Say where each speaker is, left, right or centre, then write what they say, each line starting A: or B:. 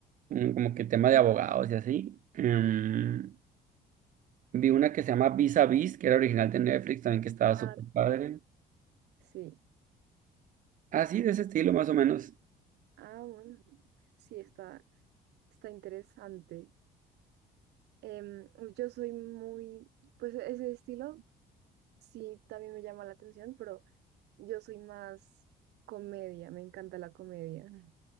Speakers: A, on the right; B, on the right.
A: mm, como que tema de abogados y así. Em, vi una que se llama Vis a Vis, que era original de Netflix, también que estaba súper
B: Ah, también.
A: padre.
B: Sí.
A: Así, de ese estilo, más o menos.
B: Ah, bueno, sí, está, está interesante. Em, yo soy muy, pues ese estilo sí también me llama la atención, pero yo soy más comedia, me encanta la comedia. Mm.